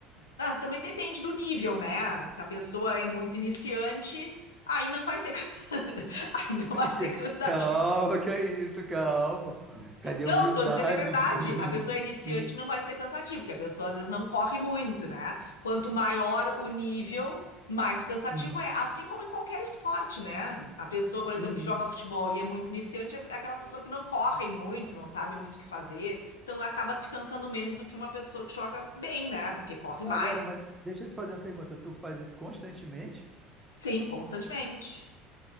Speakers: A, on the left; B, on the right.
A: mas também depende do nível, né? Se a pessoa é muito iniciante, aí não vai ser, <laughs> aí não
B: <laughs>
A: vai ser cansativo.
B: Calma, que é isso, calma. Cadê a
A: Não,
B: humildade?
A: tô dizendo é verdade.
B: <laughs>
A: A pessoa iniciante não vai ser cansativa, porque a pessoa às vezes não corre muito, né? Quanto maior o nível, mais cansativo
B: Uhum,
A: é. Assim como em qualquer esporte, né? A pessoa, por exemplo,
B: uhum.
A: que joga futebol e é muito iniciante, é aquelas pessoas que não correm muito, não sabem muito o que fazer. Então acaba se cansando menos do que uma pessoa que joga bem, né? Porque corre
B: Agora,
A: mais.
B: mas deixa eu te fazer uma pergunta. Tu faz isso constantemente?
A: Sim, constantemente.